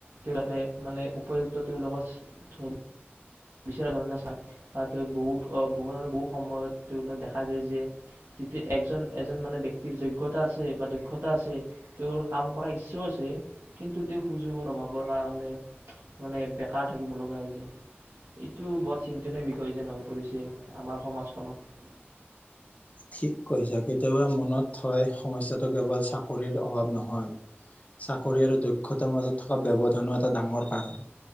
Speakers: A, on the right; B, on the left.
A: তেওঁলোকে মানে উপযুক্ত তেওঁলোকৰ বিচৰা ধৰণে বহুত বহু বহুত সময়ত তেওঁলোক দেখা যায় যে যিটো একজন এজন মানে ব্যক্তিৰ যোগ্যতা আছে বা দক্ষতা আছে তেওঁৰ কাম কৰা ইচ্ছও আছে কিন্তু তেওঁ সুযোগৰ অভাৱৰ কাৰণে মানে বেকাৰ থাকিব লগা হৈ যায় এইটো বৰ চিন্তনীয় বিষয় যেন হৈ পৰিছে আমাৰ সমাজখনত
B: ঠিক কৈছ কেতিয়াবা মনত হয় সমস্যাটো কেৱল চাকৰিৰ অভাৱ নহয় চাকৰি আৰু দক্ষতাৰ মাজত থকা ব্যবধানো এটা ডাঙৰ কাৰণ